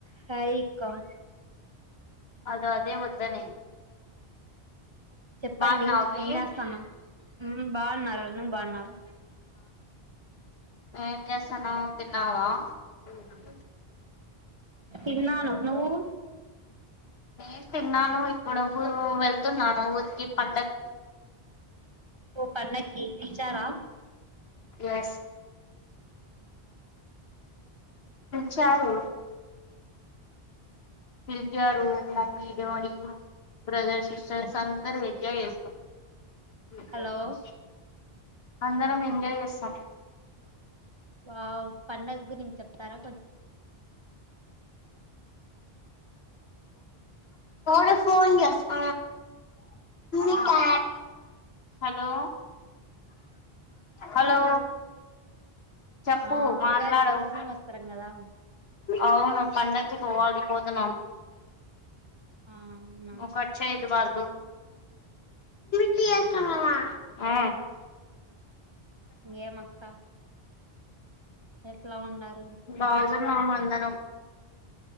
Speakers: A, on the right; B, on the left.
A: హాయి కాన్
B: అదే అదే మద్ద న
A: చెప్పండి
B: బన్నావే
A: ఏం చేస్తాన్నావ్ మ్మ్ బాగున్నారా నువ్వు బాగున్నావా
B: ఏం జేసనావ్ తిన్నావా అ
A: ఇన్నాను నవ్వు
B: నేను తిన్నాను ఇప్పుడు వెళ్తున్నాను ఊరికి పండగకి
A: పన చ చారా
B: ఎస్ చాలు ఫిల్జారు మమ్మీ డోనీ బ్రదర్ సిస్టర్స్ అందరూ ఎంజాయ్ చేస్తారు స
A: హలో
B: స అందరం ఎంజాయ్ చేస్తాం
A: ఆ పండగ గురించి చెప్తారా కొంచం
B: డ ఫోన్ చేస్త ఇకా హలో హలో చెప్పు
A: ఆ
B: మాట్లాడువు
A: ఉగాది కొత్త సంవత్సరం కదా
B: అవును పండకి పోవదు పో స
A: ఆ అవునా
B: ఒకకచ్చే ఇ దబార కిసా మ
A: ఏమ అక్క ఎట్లా ఉండదు
B: బాగులు నా మ నరం